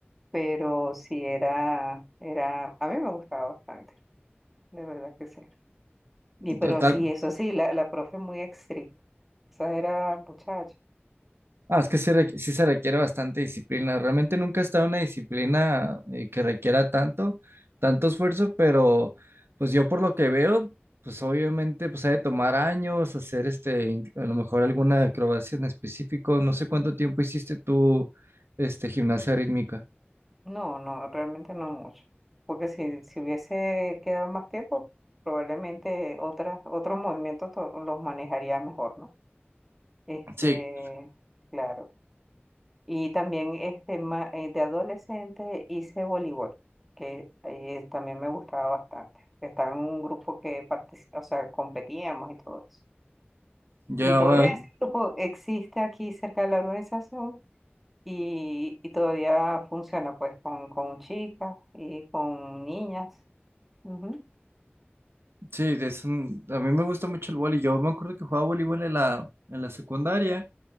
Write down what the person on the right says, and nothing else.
Total.
Ah, es que sí, re- sí se requiere bastante disciplina. Realmente nunca he estado en una disciplina eh, que requiera tanto, tanto esfuerzo, pero pues yo por lo que veo, pues obviamente pues ha de tomar años hacer este, in- a lo mejor alguna acrobacia en específico. No sé cuánto tiempo hiciste tú, este, gimnasia rítmica.
Sí,
yo,
eh,
sí, es un- a mí me gusta mucho el vóley. Yo me acuerdo que jugaba voleibol en la, en la secundaria.